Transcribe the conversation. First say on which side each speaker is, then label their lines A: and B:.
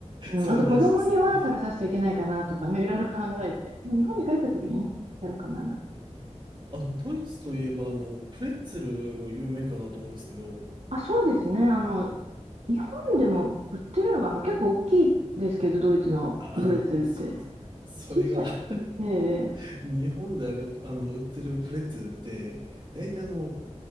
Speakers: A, on the right; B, on the right.
A: うん、
B: それ大事ですね。
A: あと子供には食べさせちゃいけないかなとかね、いろいろ考えて、まあ、日本に帰った時にね、やろうかななんて。
B: あドイツといえば、あの、プレッツェルも有名かなと思うんですけど、
A: あ、そうですね。あの、日本でも売ってるのが、あの、結構大きいですけど、ドイツのブレッツェルって。
B: あ、あの、そう、それが
A: 小さい。えー、
B: <laughs> 日本である、あの、売ってるプレッツェルって、大体あの、